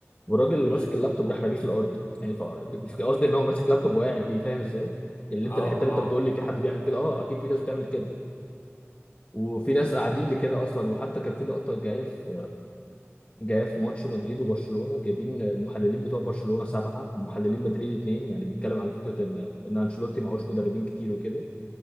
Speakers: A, on the left; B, on the left.
A: والراجل اللي
B: امم
A: ماسك اللابتوب راح راميه في الأرض يعني ف- قصدي إن هو ماسك لابتوب وقاعد بيه فاهم إزاي؟ يعني اللي
B: اه
A: انت الحته اللي
B: اه,
A: انت بتقول لي في حد بيعمل كده اه اكيد في ناس بتعمل كده وفي ناس قاعدين لكده اصلا وحتى كان في لقطه جايه في جايه في ماتش مدريد وبرشلونه جايبين المحللين بتوع برشلونه سبعه ومحللين مدريد اتنين يعني بيتكلم على فكره ان ان انشيلوتي معهوش مدربين كتير وكده